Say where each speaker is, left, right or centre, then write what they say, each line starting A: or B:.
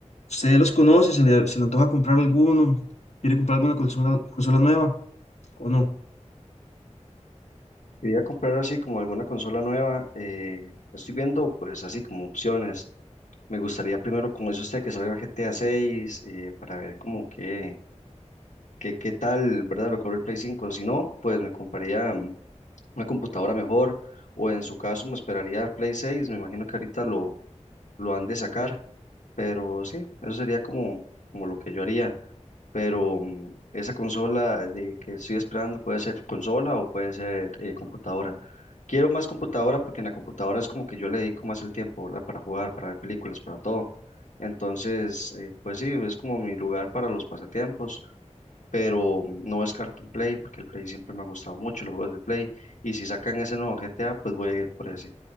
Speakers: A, on the left; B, on the left.
A: ¿Usted los conoce? ¿Se le, se le antoja comprar alguno? ¿Quiere comprar alguna consola, consola nueva o no?
B: Quería comprar así como alguna consola nueva. eh, estoy viendo pues así como opciones. Me gustaría primero, como dice usted, que salga el GTA 6 para ver como que, que, qué tal, ¿verdad? Lo corre el Play cinco Si no, pues me compraría mm, una computadora mejor o en su caso me esperaría el Play seis Me imagino que ahorita lo lo han de sacar. Pero sí, eso sería como, como lo que yo haría. Pero mm, esa consola de que estoy esperando puede ser consola o puede ser eh, computadora. Quiero más computadora porque en la computadora es como que yo le dedico más el tiempo, ¿verdad? Para jugar, para ver películas, para todo. Entonces, eh, pues sí, es como mi lugar para los pasatiempos pero no descarto un Play porque el Play siempre me ha gustado mucho, los juegos de Play, y si sacan ese nuevo GTA, pues voy a ir por ese.